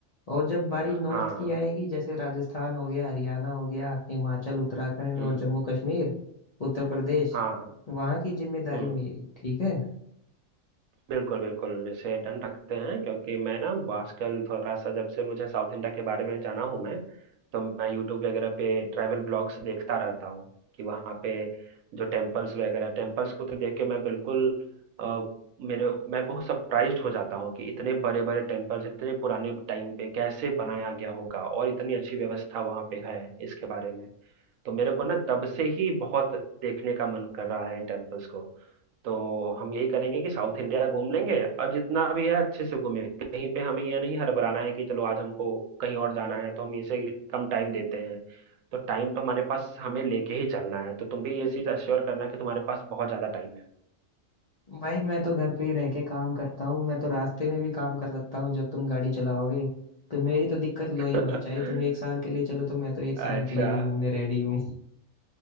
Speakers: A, on the left; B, on the right.
A: और जब बारी नॉर्थ
B: हाँ
A: की आएगी जैसे राजस्थान हो गया हरियाणा हो गया हिमाचल उत्तराखंड
B: हम्म
A: और जम्मू कश्मीर उत्तर प्रदेश
B: हाँ
A: वहाँ की जिम्मेदारी
B: हम्म
A: मेरी ठीक है
B: बिल्कुल बिल्कुल इसे डन रखते हैं क्योंकि मैं ना आजकल थोड़ा सा जब से मुझे साउथ इंडिया के बारे में जाना हूँ मैं तो मैं यूट्यूब वगैरह पे ट्रैवल ब्लॉग्स देखता रहता हूँ कि वहाँ पे जो टेम्पल्स वगैरह टेम्पल्स को तो देख के मैं बिल्कुल अ, मेरे मैं बहुत सरप्राइज्ड हो जाता हूँ कि इतने बड़े बड़े टेम्पल्स इतने पुराने टाइम पे कैसे बनाया गया होगा और इतनी अच्छी व्यवस्था वहाँ पे है इसके बारे में तो मेरे को ना तब से ही बहुत देखने का मन कर रहा है इन टेम्पल्स को तो हम यही करेंगे कि साउथ इंडिया घूम लेंगे और जितना भी है अच्छे से घूमें कहीं पे हमें यह नहीं हड़बड़ाना है कि चलो आज हमको कहीं और जाना है तो हम इसे कम टाइम देते हैं तो टाइम तो हमारे पास हमें लेके ही चलना है तो तुम भी ये चीज अश्योर करना कि तुम्हारे पास बहुत ज्यादा टाइम है
A: भाई मैं तो घर पे ही रह के काम करता हूँ मैं तो रास्ते में भी काम कर सकता हूँ जब तुम गाड़ी चलाओगे तो मेरी तो दिक्कत लो
B: <laughs>
A: ही मत चाहे तुम एक साल के लिए चलो तो मैं तो एक साल
B: अच्छा
A: के लिए भी घूमने रेडी हूँ